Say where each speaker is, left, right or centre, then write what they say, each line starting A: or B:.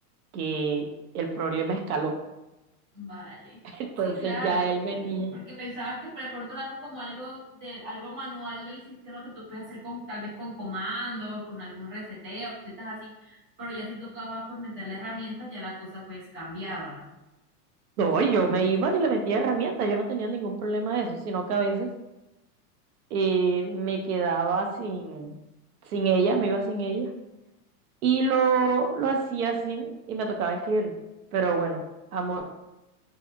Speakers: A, on the right; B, on the right.
A: que el problema escaló.
B: Vale,
A: <laughs> Entonces
B: sí, claro.
A: ya él venía.
B: Porque pensabas que de pronto era algo como algo del algo manual del sistema que tú puedes hacer con tal vez con comandos, con algún reseteo, cositas así. Pero ya si tocaba pues meterle herramientas, ya la cosa pues cambiaba, ¿no?
A: No, yo me iba y le metía herramientas, yo no tenía ningún problema de eso, sino que a veces eh, me quedaba sin, sin ella, me iba sin ella Y lo, lo hacía así y me tocaba escribirle. Pero bueno, amor,